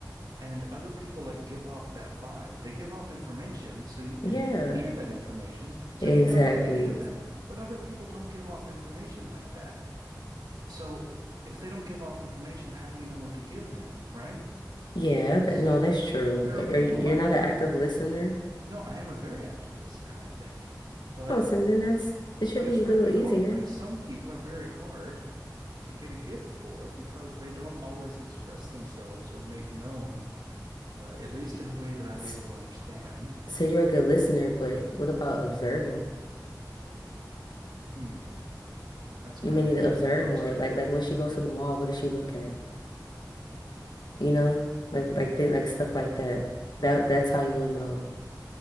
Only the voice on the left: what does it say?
Yeah,
exactly.
Yeah, th
no, that's true.
Are are
you, you're
not
an active listener?
Oh, so then that's it should
be
a little
easier.
Y-
s-
So you're a good listener, but what about observing?
You
may need
to observe
more. Like like when she goes to the mall, what does she look at? You know, like like th like stuff like that. That that's how you will know.